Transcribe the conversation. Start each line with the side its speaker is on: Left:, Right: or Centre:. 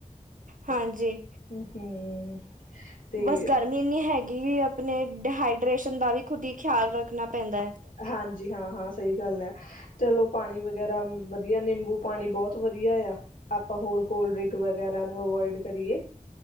Right: ਹਾਂਜੀ।
Left: ਹੂੰ-ਹੂੰ, ਤੇ
Right: ਬਸ ਗਰਮੀ ਇੰਨੀ ਹੈ ਗੀ ਆਪਨੇ ਡੀਹਾਈਡ੍ਰੇਸ਼ਨ ਦਾ ਵੀ ਖੁਦ ਈ ਖਿਆਲ ਰੱਖਨਾ ਪੈਂਦਾ ਐ।
Left: ਹਾਂਜੀ ਹਾਂ-ਹਾਂ ਸਈ ਗੱਲ ਐ। ਚਲੋ ਪਾਨੀ ਵਗੈਰਾ ਵਦੀਆ ਨੇਂਬੂ ਪਾਨੀ ਬਹੁਤ ਵਦੀਆ ਆ। ਆਪਾਂ ਹੋਰ ਕੋਲਡ ਡ੍ਰਿੰਕ ਵਗੈਰਾ ਨੂੰ ਅਵੋਇਡ ਕਰੀਏ।